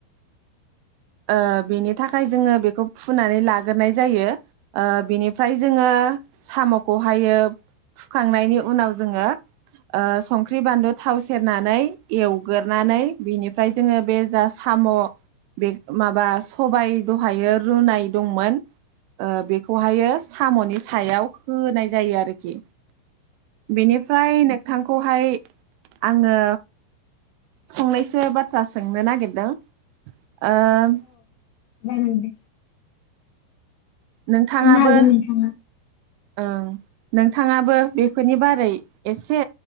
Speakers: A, on the right; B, on the left.
A: ओ बेनि थाखाय जोङो बेखौ फुनानै ला गोरनाय जायो ओ बिनिफ्राय जोङो। साम'खौहायो फुखांनायनि उनाव जोङो संख्रि बानलु थाव सेरनानै एवगोरनानै बिनिफ्राय जोङो बे जा साम' बे माबा सबाय दहायो रुनाय दंमोन। ओ बेखौहायो साम'नि सायाव होनाय जायो आरोखि। बेनिफ्राय नोंथांखौहाय आङो फंनैसो बा थ्रा सोंनो नागिरदों। <inaudible> ओम
B: जागोन दे।
A: नोंथाङाबो
B: सोंनो हागोन नोंथाङा।
A: ओं नोंथाङाबो बेफोरनि बारै एसे